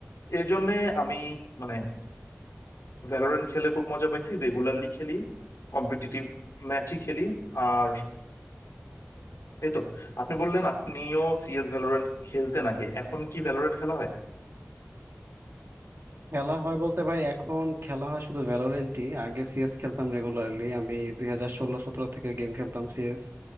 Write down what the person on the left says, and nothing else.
এর জন্য আমি মানে ভ্যালোরেন্ট খেলে খুব মজা পাইছি রেগুলারলি খেলি কম্পিটিটিভ ম্যাচই খেলি আর এই তো আপনি বললেন আপনিও সিএস ভ্যালোরেন্ট খেলতে নাকি এখন কি ভ্যালোরেন্ট খেলা হয়